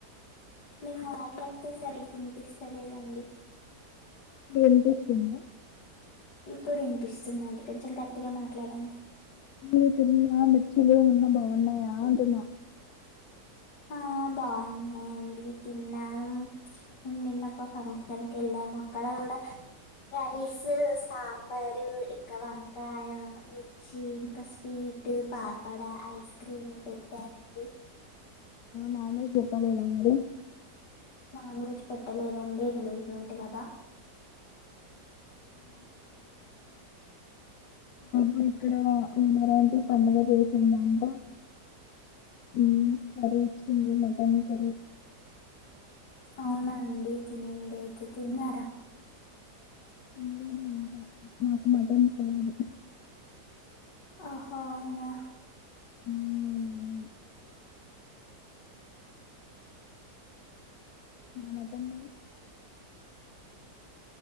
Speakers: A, on the left; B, on the left.
A: మీరు మాట్లాడితే సరిగ్గినిపిస్తలేదండి
B: ఎం టిస్తుంన్నవ్
A: ఇప్పుడు వినిపిస్తుందండి కొంచెం గట్టిగా మాట్లాడండి
B: నువ్వు తిన్న మిర్చీలు నిన్న బాగున్నాయా అంటన్నా
A: ఆ బాగున్నాయండి తిన్నాను మేము నిన్న ఒక ఫంక్షన్ కి వెళ్ళాము అక్కడ కూడా రైస్ సాంబారు ఇంకా వంకాయ మిర్చి ఇంకా స్వీట్ పాపడ ఐస్ క్రీమ్ పెట్టారండి
B: మా అమ్ములు చెప్పాలేదా అండి
A: నాన్ వెజ్ పెట్టలేదండి ఎంగేజ్మెంట్ కదా
B: మరి ఇప్పుడు ఉన్నరాంటి పండుగ చేసిందంట మ్ కర్రీ ఇచ్చింది మటన్ కర్రీ
A: అవునా అండి తినండి అయితే తిన్నారా
B: తినలే ఇంకా నాకు మటన్ పోదు
A: ఆహో అవునా
B: హుమ్ మటన్ మరి